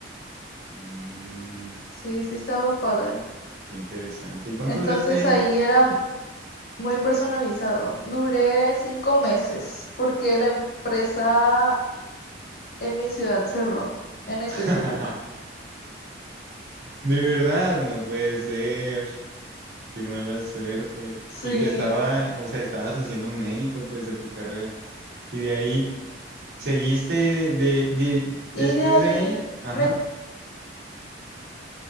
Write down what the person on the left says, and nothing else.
Sí, sí estaba padre.
Entonces
ahí era muy personalizado. Duré cinco meses porque la empresa en mi ciudad cerró, en específico.
Sí.
Y
de ahí,
me,